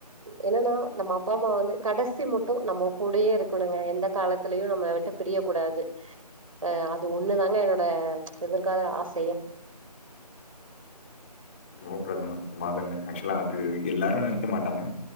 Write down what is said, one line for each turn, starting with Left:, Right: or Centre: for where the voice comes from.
Right: என்னன்னா நம்ம அப்பா அம்மா வந்து கடைசி முட்டு நம்ம கூடயே இருக்கணுங்க எந்த காலத்திலயு நம்மள விட்டு பிரிய கூடாது அஹ் அது ஒண்ணுதாங்க என்னோட ச் எதிர்கால ஆசயே
Left: ட்ராப்ல அது ப்ரமாதங்க ஆக்சுவலா அது எல்லாரு நெனைக்க மாட்டாங்க